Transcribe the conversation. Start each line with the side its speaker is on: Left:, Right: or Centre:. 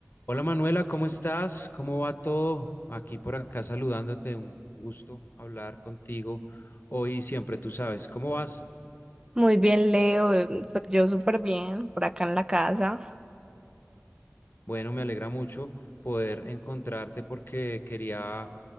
Left: Hola Manuela, ¿cómo estás? ¿Cómo va todo? Aquí por acá saludándote, un gusto hablar contigo hoy y siempre, tú sabes, ¿cómo vas?
Right: Muy bien, Leo. eh, Pues yo súper bien por acá en la casa.
Left: Bueno, me alegra mucho poder encontrarte porque quería